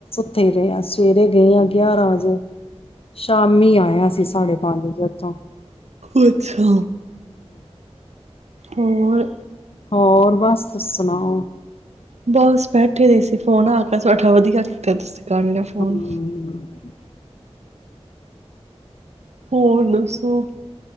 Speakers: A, on the left; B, on the right.
A: ਉਥੇ ਰਹੇ ਆਂ, ਸਵੇਰੇ ਗਏ ਆਂ ਗਿਆਰਾਂ ਵਜੇ, ਸ਼ਾਮੀ ਆਏ ਆਂ ਅਸੀ ਸਾਡੇ ਹਾਂਜੀ <unintelligible>
B: ਅੱਛਾ ਹੋਰ
A: ਹੋਰ ਬਸ ਤੁਸੀ ਸੁਣਾਓ।
B: ਬਸ ਬੈਠੇ ਹੋਏ ਸੀ, ਫੋਨ ਆ ਗਿਆ ਤੁਹਾਡਾ, ਵਧੀਆ ਕੀਤਾ ਤੁਸੀਂ।
A: ਹੂੰ।
B: ਕਰ ਲਿਆ ਫੋਨ ਹੋਰ ਦੱਸੋ